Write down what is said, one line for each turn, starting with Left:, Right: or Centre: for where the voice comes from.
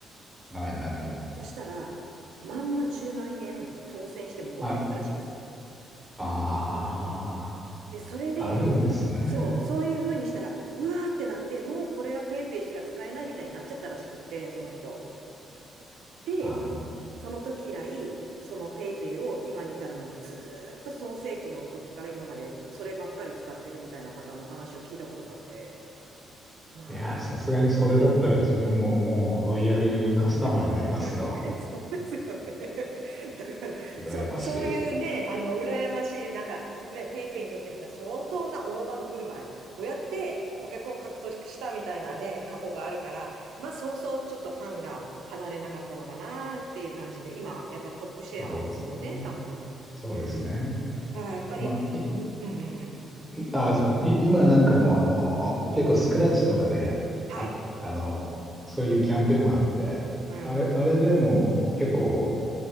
Centre: はいはいはい。
Right: そしたら、まんま10万円当選して戻ってきたらしいんですよ。
Centre: あ、あ
Right: で、それで、
Centre: あ、あるんですね。
Right: そう、そういう風にしたら、うわーってなって、もうこれはペイペイしか使えないみたいになっちゃったらしくって、その人。で、
Centre: ああ。
Right: その時以来、そのペイペイを今に至るまでずーっと創世期の時から今までそればっかり使ってるみたいな方の話を聞いたことがあって、まあ、
Centre: いやー、さすがにそれだったら自分ももうロイヤルカスタマーになりますよ。
Right: <laughs> そうですよね。<laughs> だから、
Centre: 羨ましい。
Right: そう、そういうね、あの、羨ましい、なんか、ね、ペイペイにとってみたら相当な大盤振る舞いをやって、顧客を獲得したみたいなね、過去があるから、まあ、そうそう、ちょっとファンが離れなかったのかなっていう感じで、今、やっぱトップシェアですもんね、
Centre: そうですね。
Right: 多分。
Centre: そうですね。
Right: うん。だから、やっぱり、
Centre: まあ、い
Right: んうんうんうん。
Centre: あー、そうい今なんかもうあの結構スクラッチとかで、
Right: はい。
Centre: あ、あのそういうキャンペーンもあって、
Right: うん。
Centre: あれ、あれでも結構、